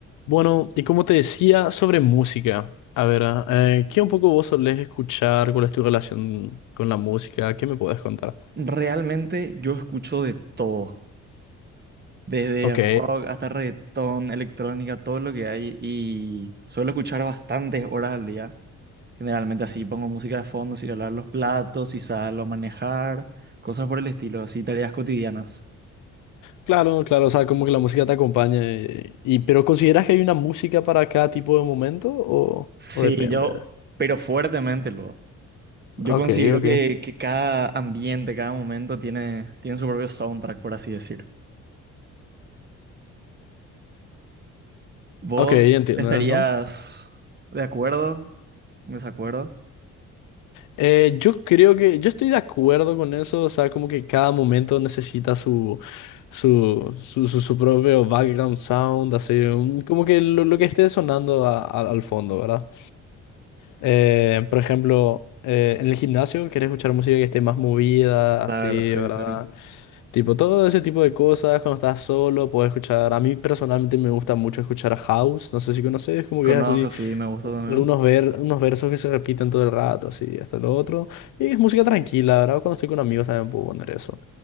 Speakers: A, on the left (about 85°); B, on the right (about 35°).
A: Bueno, y como te decía, sobre música. A ver, ah, eh, ¿qué un poco vos solés escuchar? ¿Cuál es tu relación con la música? ¿Qué me podés contar?
B: Realmente yo escucho de todo, desde
A: Ok,
B: rock hasta reggaetón, electrónica, todo lo que hay y suelo escuchar bastantes horas al día. Generalmente así pongo música de fondo, si lavar los platos, si salgo a manejar, cosas por el estilo, así tareas cotidianas.
A: claro, claro, o sea, como que la música te acompaña. eh, Y, pero ¿consideras que hay una música para cada tipo de momento o,
B: Sí,
A: o depende?
B: yo, pero fuertemente luego. Yo
A: Ok,
B: considero
A: ok.
B: que, que cada ambiente, cada momento tiene, tiene su propio soundtrack, por así decir. ¿Vos
A: Ok, entiendo
B: estarías
A: eso.
B: de acuerdo? ¿En ¿Desacuerdo?
A: Eh, yo creo que yo estoy de acuerdo con eso, o sea, como que cada momento necesita su, su, su, su, su propio background sound, así, un- como que lo, lo que esté sonando a- a- al fondo, ¿verdad? Eh, por ejemplo, eh, en el gimnasio querés escuchar música que esté más movida,
B: Claro,
A: así,
B: sí,
A: ¿verdad?
B: sí.
A: Tipo, todo ese tipo de cosas, cuando estás solo, puedes escuchar. A mí personalmente me gusta mucho escuchar house. No sé si conoces, como
B: Conozco,
A: que es así,
B: sí, me gusta también.
A: algunos ver, unos versos que se repiten todo el rato, así, esto, lo otro. Y es música tranquila, ¿verdad? Cuando estoy con amigos también puedo poner eso.